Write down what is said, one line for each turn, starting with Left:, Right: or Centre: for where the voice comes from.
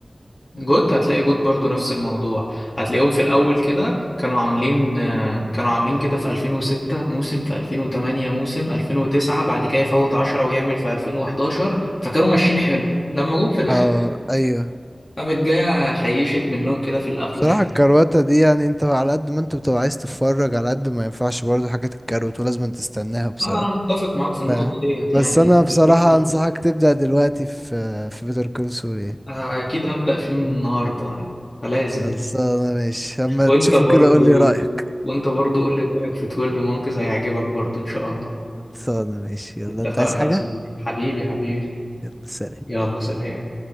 Left: جوت هتلاقي جوت برضو نفس الموضوع هتلاقيهم في الاول كده كانوا عاملين آه، كانوا عاملين كده في 2006 موسم في 2008 موسم 2009 بعد كده يفوت 10 ويعمل في 2011 فكانوا ماشيين حلو لما جم في الاخر
Centre: آه، ايوه
Left: قامت جاية خيشت منهم كده في القفلة
Centre: صراحة
Left: شوية
Centre: الكرواتة دي يعني انت على قد ما انت بتبقى عايز تتفرج على قد ما ينفعش برضو حاجات الكروت ولازم تستناها بصراحة
Left: لا أنا متفق معاك في النقطة
Centre: ف...
Left: ديت يعني
Centre: بس انا
Left: لازم
Centre: بصراحة
Left: يبقى ليه.
Centre: انصحك تبدأ دلوقتي في في بيتر كول سول ايه
Left: أكيد هبدأ فيه من النهاردة يعني. لازم
Centre: خلصانة ماشي اما
Left: وأنت
Centre: تشوفه
Left: برضو
Centre: كده قول لي رأيك
Left: وأنت برضو قول لي رأيك في 12 مونكز هيعجبك برضو إن شاء الله
Centre: خلصانة ماشي يلا
Left: اتفقنا
Centre: انت عايز حاجة
Left: يا صديقي حبيبي حبيبي
Centre: يلا سلام
Left: يلا سلام